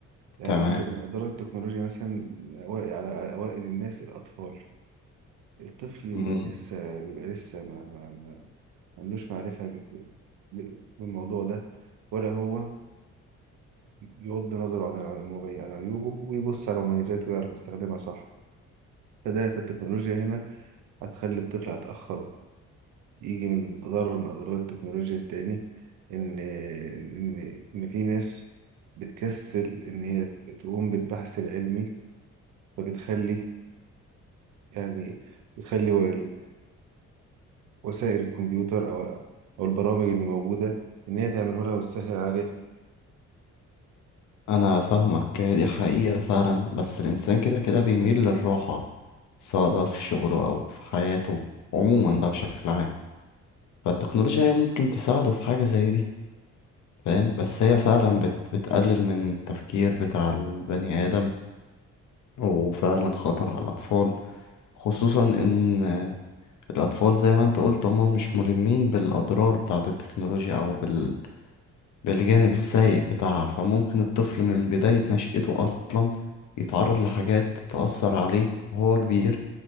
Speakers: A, on the right (about 80°); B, on the left (about 75°).
A: يعني
B: تمام
A: أضرار التكنولوجيا مثلا أوائل على أوائل الناس الأطفال الطفل بيبقى
B: مم.
A: لسه بيبقى لسه ما, ما, ما ما عندوش معرفة ب- ب- بالموضوع ده ولا هو يغض نظره عن العلم- عن عيوبه ويبص على مميزاته ويعرف يستخدمها صح فده في التكنولوجيا هنا هتخلي الطفل هتأخره يجي من ضرر من أضرار التكنولوجيا التاني إن إن إن في ناس بتكسل إن هي تقوم بالبحث العلمي فبتخلي يعني بتخلي وال- وسائل الكمبيوتر أو أو البرامج اللي موجودة إن هي تعمله لها وتسهل عليها
B: انا فاهمك هي دي حقيقة فعلا بس الانسان كده كده بيميل للراحة سواء بقى في شغله او في حياته عموما بقى بشكل عام فالتكنولوجيا هي ممكن تساعده في حاجة زي دي فاهم بس هي فعلا بت... بتقلل من التفكير بتاع البني آدم وفعلا خطر على الأطفال خصوصا ان الأطفال زي ما أنت قلت هما مش ملمين بالأضرار بتاعة التكنولوجيا أو بال... بالجانب السيء بتاعها فممكن الطفل من بداية نشأته أصلا يتعرض لحاجات تأثر عليه وهو كبير